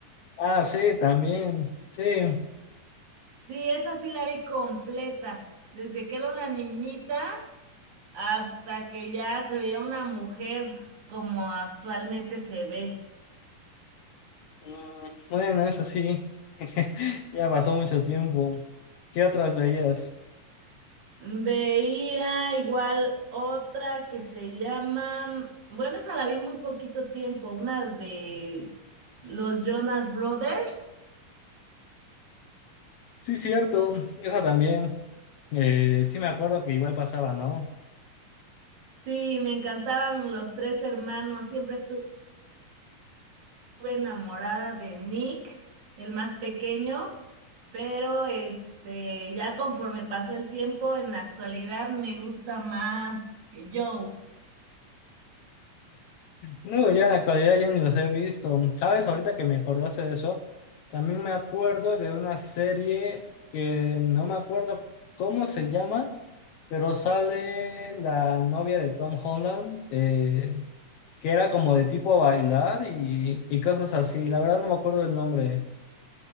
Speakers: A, on the left (about 65°); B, on the right (about 60°).
A: Ah, sí, también, sí.
B: Sí, esa sí la vi completa, desde que era una niñita hasta que ya se veía una mujer como actualmente se ve.
A: Mm, bueno, eso sí, <laughs> ya pasó mucho tiempo. ¿Qué otras veías?
B: Veía igual otra que se llama, bueno, esa la vi muy poquito tiempo, una de los Jonas Brothers.
A: Sí, cierto, esa también. Eh, sí me acuerdo que igual pasaba, ¿no?
B: Sí, me encantaban los tres hermanos, siempre estuve enamorada de Nick, el más pequeño, pero este, ya conforme pasó el tiempo, en la actualidad me gusta más eh, Joe.
A: Digo, ya en la actualidad ya ni los he visto. ¿Sabes? Ahorita que me acordaste de eso, también me acuerdo de una serie que no me acuerdo cómo se llama, pero sale la novia de Tom Holland, eh, que era como de tipo bailar y, y cosas así. La verdad no me acuerdo el nombre.